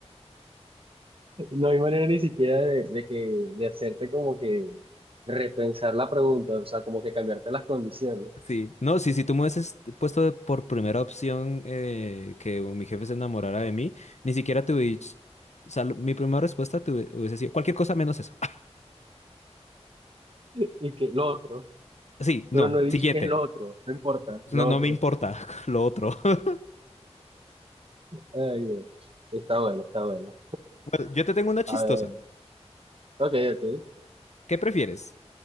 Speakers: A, on the right; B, on the left.
A: No hay manera ni siquiera de, de que, de hacerte como que repensar la pregunta, o sea, como que cambiarte las condiciones.
B: Sí, no, sí, si tú me hubieses puesto de- por primera opción eh, que mi jefe se enamorara de mí, ni siquiera te hubies- o sea, mi primera respuesta te hubie- hubiese sido cualquier cosa menos eso. <laughs>
A: Y que lo otro,
B: Sí, no,
A: pero no he dicho
B: siguiente.
A: que es lo otro, no importa, lo
B: No, no
A: otro.
B: me importa <laughs> lo otro. <laughs>
A: Ay, Dios. Está bueno, está bueno.
B: Bueno, yo te tengo una chistosa.
A: A ver, ok, ok.
B: ¿Qué prefieres?